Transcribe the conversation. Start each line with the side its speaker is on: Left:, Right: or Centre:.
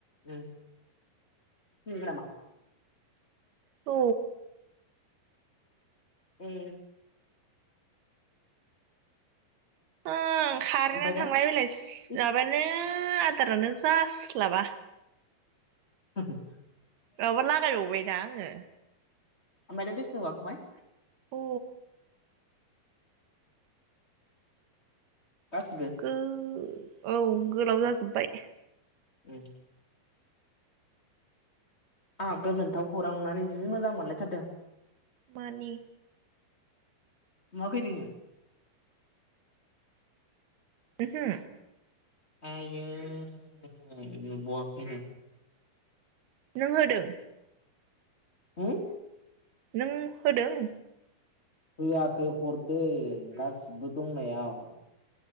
Left: <unintelligible>
Right: औ।
Left: ए।
Right: उम। खारेननानो
Left: ओमफ्राय दा
Right: थांलाय फैलाय सि
Left: इस
Right: माबानो दारानो जास्लाबा।
Left: <inaudible>
Right: माबा लागायबावबायदा आङो।
Left: ओमफाय दा बिसिनायाव गाखोबाय।
Right: औ
Left: गासिबो
Right: गो औ गोलाव जाजोब बाय।
Left: उम। आंहा गोजोनथाव खौरां नुनानै जि मोजां मोनलायथारदों।
Right: मानि?
Left: नुआखै नोङो।
Right: ओहो।
Left: आययो नुबवाखैनो।
Right: नों होदों।
Left: होम?
Right: नों होदों?
Left: होआखै हरदों गासिबो दंनायाव।